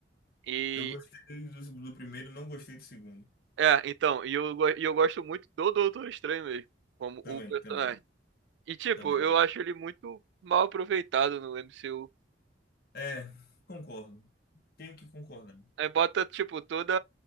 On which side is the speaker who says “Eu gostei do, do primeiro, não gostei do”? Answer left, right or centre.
Left